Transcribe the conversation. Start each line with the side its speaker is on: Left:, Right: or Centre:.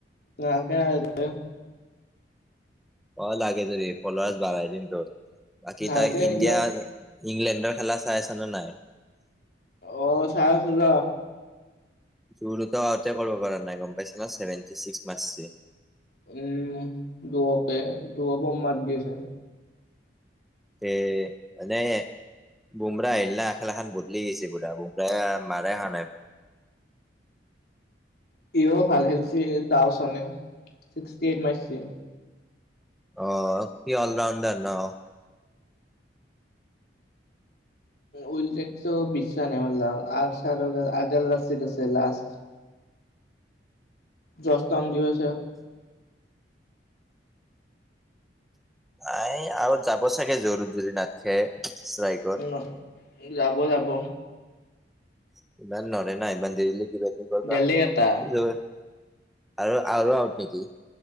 Left: নালাগে নালাগে
Centre: ক লাগে যদি ফ্লৱাচ বঢ়াই দিম তোৰ বাকি
Left: নালগে
Centre: তই
Left: সেইগিলা
Centre: ইণ্ডিয়া ইংলেণ্ডৰ খেলা চাই আছ নে নাই
Left: অ চাই আছো ৰ
Centre: জোৰোতক আউতে কৰিব পৰা নাই গম পাইছা না ছেভেনটি ছিক্স মাৰিছে
Left: উম দুুৱকে দূৰৰ পৰা মাত দি আছে
Centre: এ এনেই বোমৰা আহিলা খেল এখন বদলি গৈছে পুৰা বোমৰা মাৰে অহা নাই
Left: সিয়ো ভাল খেলিছে দাওচনে ছিক্সটি এইট মাৰিছে
Centre: অ সি অল ৰাউণ্ডাৰ ন
Left: উলটেকচো বিশছ নাই মল আৰ চাৰ আইদেল ৰাচিত আছে লাষ্ট যস্তং দিৱ আছে
Centre: আ আৰু যাব চাগে জোৰুত যদি নাথাকে ইষ্টাৱেকত
Left: উম যাব যাব
Centre: <unintelligible>
Left: দেলি এটা
Centre: আৰু আৰু আউট নেকি